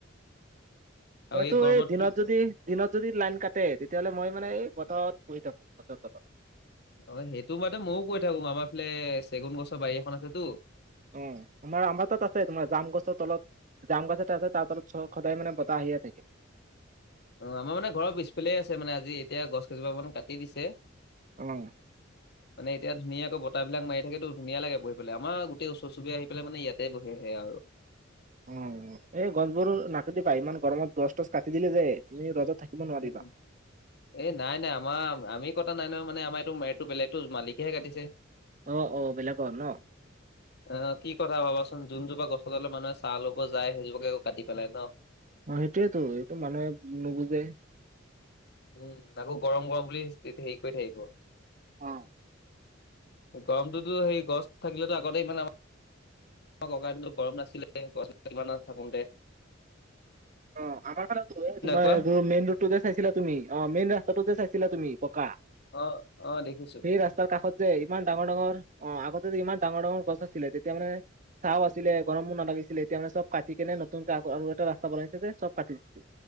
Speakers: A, on the left; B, on the right.
A: আৰু
B: মইতো
A: গৰমত
B: এই দিনত
A: কি
B: যদি, দিনত যদি লাইন কাটে তেতিয়াহ'লে মই মানে এই পথাৰত বহি থাকোঁ গছৰ তলত।
A: অ', সেইটো মানে বহি থাকোঁ, আমাৰ ফালে চেগুন গছৰ বাৰী এখন আছেতোঁ।
B: অ', আমাৰ, আমাৰ তাত আছে, তোমাৰ জাম গছৰ তলত, জাম গছ এটা আছে তাৰ তলত। চ, সদায় মানে বতাহ আহিয়ে থাকে৷
A: অ', আমাৰ মানে ঘৰৰ পিছফালেই আছে মানে আজি এতিয়া গছ কেইজোপা মানো কাটি দিছে।
B: উম,
A: মানে এতিয়া ধুনীয়াকৈ বতাহবিলাক মাৰি থাকেতো, ধুনীয়া লাগে বহি পেলাই, আমাৰ গোটেই ওচৰ চুবুৰীয়া আহি পেলাই মানে ইয়াতে বহেহি। আৰু।
B: অ', এই গছবোৰো নাকাতিবা, ইমান গৰমত গছ তছ কাটি দিলে যে, তুমি ৰদত থাকিব নোৱাৰিবা।
A: উম, এ নাই, নাই আমাৰ আমি কটা নাই নহ মানে আমাৰ এইটো মেৰটো বেলেগটো মালিকেহে কাটিছে।
B: অ', অ', বেলেগৰ নহ।
A: অ', কি কথা ভাবাচোন, যোনজোপা গছৰ তললে মানুহে চাহ ল'ব যায়, সেইজোপাকে কাটি পেলাই ন।
B: অ', সেইটোৱেতো এইটো যিটোও মানুহে নুবুজে।
A: উম', তাকো গৰম, গৰম বুলি চে হেৰি কৰি থাকিব।
B: অ'
A: গৰমটোতো সেই গছ থাকিলেটো আগতে ইমান আমা আমাৰ ককাদিনতটো গৰম নাছিলে, গছ কিমান থাকোঁতে।
B: অ', আমাৰ ফালেও তোমাৰ
A: কোৱা?
B: মেইন ৰোড তুযে চাইছিলা তুমি অ', মেইন ৰাস্তাটো যে চাইছিলা তুমি পকা।
A: অ' অ' দেখিছো।
B: সেই ৰাস্তাৰ কাষত যে ইমান ডাঙৰ, ডাঙৰ। অ', আগতে যে ইমান ডাঙৰ, ডাঙৰ গছ আছিলে তে এতিয়া মানে চাহ আছিলে গৰমোও নালাগিছিলে, এতিয়া মানে চব কাটি কেনে নতুনকৈ আৰু এটা ৰাস্তা বনাই। তাতে চব কাটি দিছে।